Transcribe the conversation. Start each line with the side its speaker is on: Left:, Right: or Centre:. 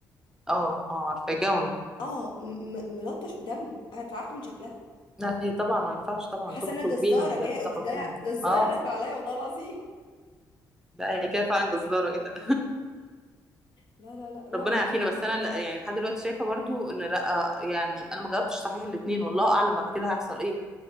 Centre: اه اه عارفة جون
Left: اه م... م... ملطش بدم انا اترعبت من شكلها
Centre: لا هي طبعا ما ينفعش طبعا
Left: حاسه
Centre: تخرج
Left: ان انا جزاره
Centre: بيها ده
Left: جايه
Centre: كده
Left: قد-
Centre: غلطان.
Left: جايه جزاره
Centre: اه
Left: داخله عليا والله العظيم
Centre: لا هي كده فعلا جزارة ايه ده
Left: لا لا لا رعب
Centre: ربنا يعافينا بس انا لا- يعني لحد دلوقتي شايفة برضو ان لا يعني انا ما جربتش صحيح الاتنين والله اعلم بعد كده هيحصل ايه